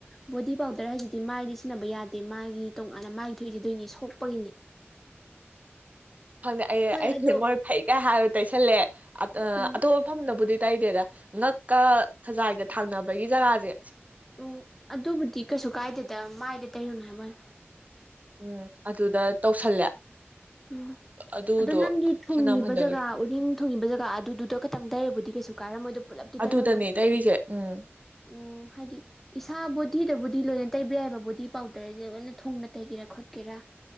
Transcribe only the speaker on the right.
ꯈꯪꯗꯦ ꯑꯩ
ꯑꯩ
ꯃꯣꯏ ꯐꯩꯒ ꯍꯥꯏꯔꯦ ꯇꯩꯁꯜꯂꯦ ꯑꯥ ꯑꯇꯣꯞꯄ
ꯃꯐꯝꯗꯕꯨꯗꯤ ꯇꯩꯗꯦꯗ ꯉꯛꯀ ꯈꯖꯥꯏꯒ ꯊꯡꯅꯕꯒꯤ ꯖꯒꯥꯖꯦ
ꯎꯝ ꯑꯗꯨꯗ ꯇꯧꯁꯜꯂꯦ
ꯑꯗꯨ ꯑꯗꯨꯗꯣ
ꯐꯅꯝ ꯍꯟꯊꯈ꯭ꯔꯦ
ꯑꯗꯨꯗꯅꯦ
ꯇꯩꯔꯤꯁꯦ ꯎꯝ